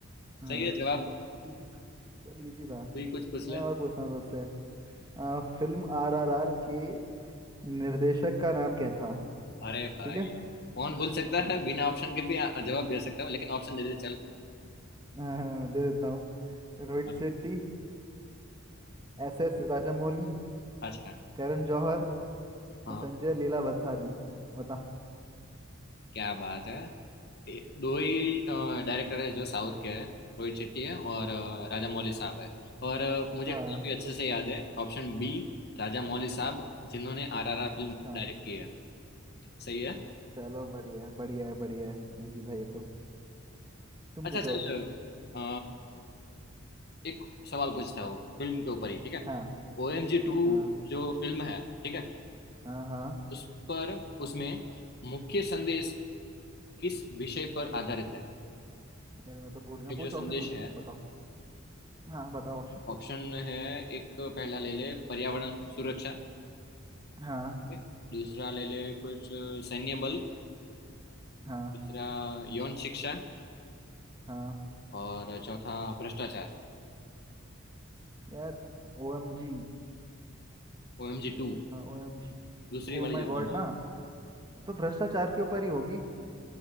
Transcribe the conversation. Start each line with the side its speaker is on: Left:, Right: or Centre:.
Right: हाँ
Left: सही है जवाब
Right: इजी था चल इजी था
Left: कोई कुछ पूछ
Right: मैं
Left: ले
Right: और पूछता हूँ दोस्त से आ, फिल्म आरआरआर के निर्देशक का नाम क्या था
Left: अरे भाई
Right: ठीक है
Left: कौन भूल सकता है बिना ऑप्शन के भी आ- जवाब दे सकता हूँ लेकिन ऑप्शन दे दे चल
Right: आ, दे देता हूँ रोहित
Left: हाँ,
Right: शेट्टी एस एस राजामौली
Left: अच्छा
Right: करण जौहर
Left: हाँ
Right: संजय लीला बंसाली बता
Left: क्या बात है ए- दो ही डायरेक्टर है जो साउथ के हैं रोहित शेट्टी है और अ, राजा मौली साहब है और अ, मुझे
Right: हाँ
Left: काफी अच्छे से याद है ऑप्शन बी राजा मौली साहब जिन्होंने आरआरआर फिल्म
Right: हाँ
Left: डायरेक्ट की है सही है
Right: चलो बढ़िया है बढ़िया है बढ़िया है इजी था ये तो तुम
Left: अच्छा
Right: पूछो
Left: चल
Right: अब।
Left: अ, एक सवाल पूछता हूँ फिल्म के ऊपर ही ठीक है
Right: हाँ
Left: ओ एम जी टू
Right: हाँ
Left: जो फिल्म है ठीक है
Right: हाँ हाँ
Left: उस पर उसमें मुख्य संदेश किस विषय पर आधारित है
Right: अरे मैं तो भूल गया
Left: ये
Right: पूछो
Left: जो संदेश
Right: ऑप्शन पूछो
Left: है
Right: बताओ हाँ बताओ
Left: ऑप्शन है एक पहला ले ले पर्यावरण सुरक्षा
Right: हाँ
Left: है। दूसरा ले ले कुछ सैन्य बल
Right: हाँ
Left: तीसरा यौन शिक्षा
Right: हाँ
Left: और चौथा भ्रष्टाचार
Right: यार O M G
Left: ओ एम जी टू
Right: O M G
Left: दूसरी वाली
Right: oh my
Left: जो तुमने
Right: god ना तो भ्रष्टाचार के ऊपर ही होगी